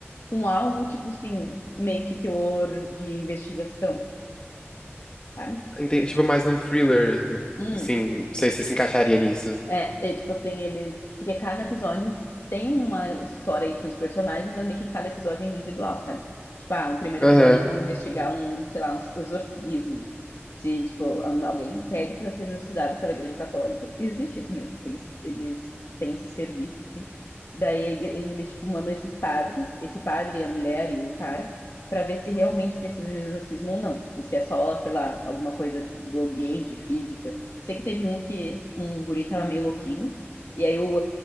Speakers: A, on the left (about 75°); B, on the left (about 20°).
A: um algo tipo assim, meio que teor de investigação, sabe?
B: Entendi, tipo, mais um thriller,
A: Hum.
B: assim, não sei se se encaixaria nisso.
A: É, é tipo assim, eles. Porque cada episódio tem uma história entre os personagens, mas meio que cada episódio é individual, sabe? Tipo, ah, no primeiro
B: Aham.
A: episódio eles vão investigar um, sei lá, um exorcismo. Se, tipo, um- alguém pede pra ser exorcizado pela Igreja Católica. Existe isso mesmo, tipo, eles, eles têm esse serviço, assim. Daí a igre- eles, tipo, mandam esses padres, esse padre, a mulher e o cara, pra ver se realmente precisa de um exorcismo ou não. Tipo, se é só, sei lá, alguma coisa, tipo, do ambiente, física Sei que teve um que um guri tava meio louquinho, e aí o,